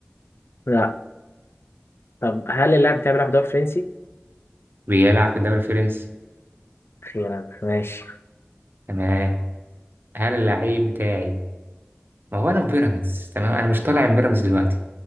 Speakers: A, on the left (about 75°); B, on the right (about 60°).
A: لا طب هل اللاعب بتاعي بيلعب في الدوري الفرنسي؟
B: بيلعب في الدوري الفرنسي
A: أخيرا ماشي
B: تمام هل اللعيب بتاعي ما هو أنا في بيراميدز تمام أنا مش طالع من بيراميدز دلوقتي